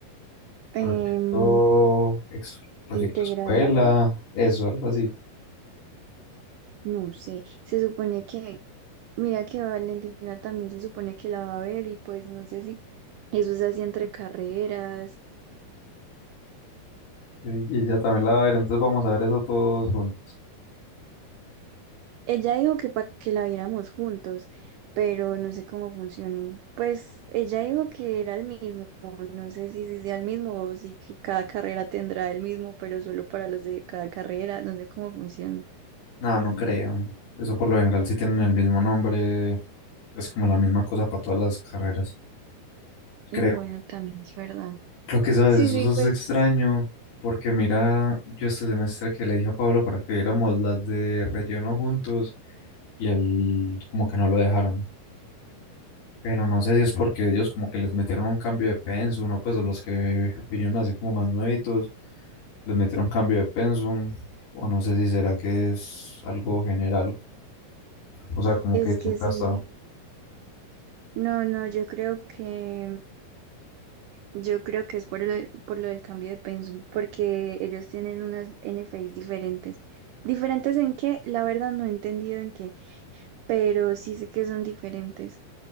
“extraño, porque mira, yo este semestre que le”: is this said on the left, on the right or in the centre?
Left